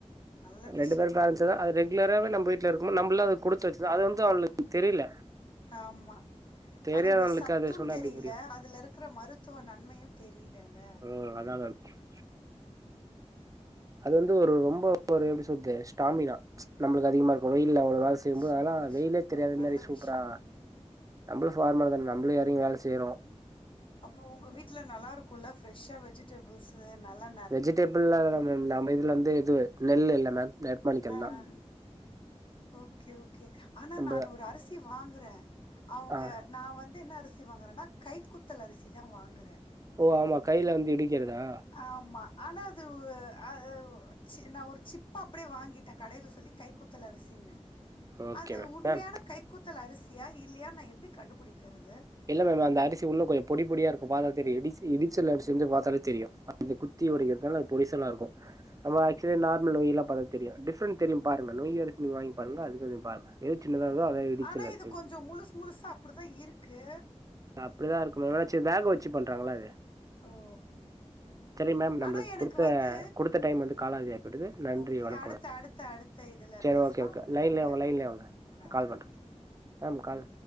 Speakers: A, on the left; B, on the right.
A: நல்ல
B: ரெண்டு
A: விஷயம்
B: பேருமே <unintelligible> அது ரெகுலராவே நம்ம வீட்ல இருக்கு நம்மளா அது குடுத்து வச்சது அது வந்து அவங்களுக்கு தெரியல
A: ஆமா
B: தெரியாதவங்களுக்கு
A: அதோடைய சத்
B: அது
A: த்து
B: சொன்னா
A: தெரியல
B: எப்டி புரியு
A: அதுல இருக்குற மருத்துவ நன்மையு தெரியலல்ல
B: அ அதால <unintelligible> அது வந்து ஒரு ரொம்போ ஒரு எப்பிடி சொல்த்து ஸ்டாமினா நம்மளுக்கு அதிகமாருக்கு வெயில்ல அவ்ளோவு வேல செய்யும்போது
A: சூப்பர்,
B: ஆனா வெயில்லே
A: சூப்பர்.
B: தெரியாது
A: நல்ல
B: சூப்பரா
A: விஷயம்.
B: நம்மளு ஃபார்மர் தான நம்புளு எளங்கி வேல செய்யுறோ
A: அப்போ உங்க வீட்ல நல்லா இருக்குல்ல ஃபிரெஷ்ஷா வெஜிடபிள்ஸு நல்லா
B: வெஜிடேபிள்லா நம்ம இதுல வந்து எதுவு நெல்லு எல்லாமே நெற்மணிக்கல்
A: ஆ,
B: தா
A: ஆ. ஓகே ஓகே ஆனா
B: நம்ப
A: நான் ஒரு அரிசி வாங்குறே அவுங்க
B: ஆ
A: நா வந்து என்ன அரிசி வாங்குகுறேன்னா கைக்குத்தல் அரிசி தா வாங்குறே
B: ஓ ஆமா கைல வந்து இடிக்கிறதா
A: ஆமா ஆனா அது ஒ அ அ அ ஒ சி நா ஒரு சிப்பா அப்பிடியே வாங்கிட்டே கடையில சொல்லி கை குத்தல் அரிசின்னு
B: ஓகே
A: அது
B: மேம்
A: உண்மையான
B: மேம்
A: கை கூத்தல் அரிசியா இல்லையா நா எப்பிடி கண்டுபுடிக்கிறது
B: இல்ல மேம் அந்த அரிசி உள்ள கொஞ்சோ பொடி பொடி இருக்கு பாத்தாலே தெரியு இடி இடிச்சல் அரிசி வந்து பாத்தாலே தெரியு இது குத்தி
A: ஓ!
B: உடைக்கிறதுனால அது பொடிசலாருக்கு நம்ம
A: ஓ!
B: ஆக்சுவலி நார்மல் வெயில்லா பாக்கறது தெரியு டிஃப்ரெண்ட் தெரியு பாருங்க நொய் அரிசி நீங் வாங்கி பாருங்க அதா இடிச்சல்
A: ஆனா
B: அரிசி
A: இது கொஞ்சோ முழுசு முழுசா அப்பிடி தா இருக்கு
B: அப்படிதா இருக்கு ஏனாச்செரி வேக வச்சு பண்றாங்கள அது
A: ஓ
B: செரி மேம் நம்மளுக்கு
A: ஆனா எனக்கு
B: குடுத்த
A: வந்து
B: குடுத்த டைம் வந்து காலாவதி ஆயிப்பட்டது நன்றி
A: ஓகே.
B: வணக்கோ
A: அடுத்த
B: மேம்
A: அடுத்த அடுத்த இதில
B: செரி
A: பேசலாம்.
B: ஓகே ஓகே லைன்லே
A: மிக்க
B: வாங்க
A: நன்றி.
B: லைன்லயே வாங்க
A: நன்றி,
B: நா கால் பண்றே
A: நன்றி.
B: ஆ கால்